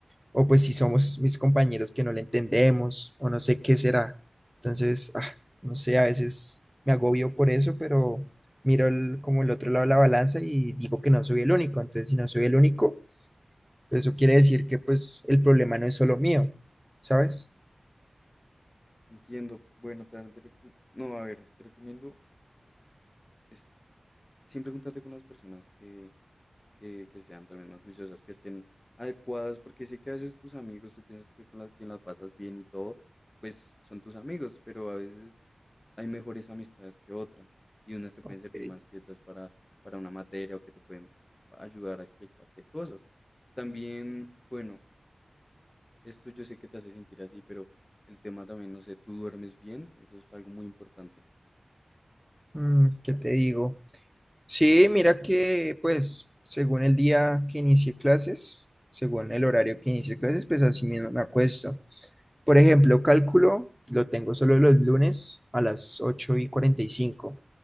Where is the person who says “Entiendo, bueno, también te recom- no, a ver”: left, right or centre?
Left